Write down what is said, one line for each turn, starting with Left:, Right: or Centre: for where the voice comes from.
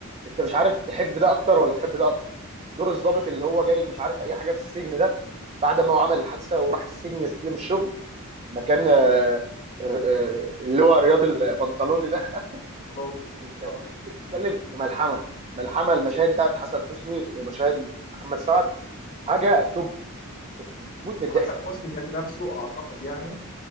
Right: انت مش عارف تحب ده اكتر ولا تحب ده اكتر دور الضابط اللي هو جاي مش عارف اي حاجه في السجن ده بعد ما هو عمل الحادثه وراح السجن يستلم الشغل مكان آه، الر- آه، اللي هو رياض البنطلوني ده <laughs>
Left: المنفلاطي
Right: انت
Left: اه
Right: بت- بتتكلم في ملحمه ملحمه المشاهد بتاعت حسن حسني ومشاهد محمد سعد حاجه توب انت بت- بتموت من
Left: وحسن
Right: الضحك
Left: حسني ذات نفسه اعتقد يعني